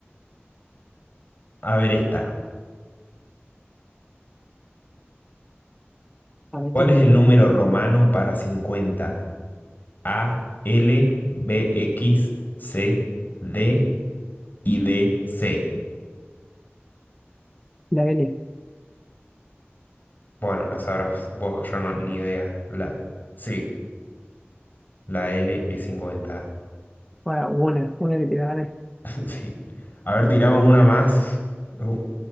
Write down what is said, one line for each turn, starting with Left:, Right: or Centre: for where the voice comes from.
Left: A ver, esta.
Centre: A ver,
Left: ¿Cuál
Centre: tírame.
Left: es el número romano para cincuenta A, L, B, X, C, D y D, C.
Centre: La L.
Left: Bueno, la sabrás vos, yo no, ni idea. La, sí, la L es 50.
Centre: Bueno, una, una que te gane.
Left: <laughs> Sí. A ver, tiramos una más. Uh,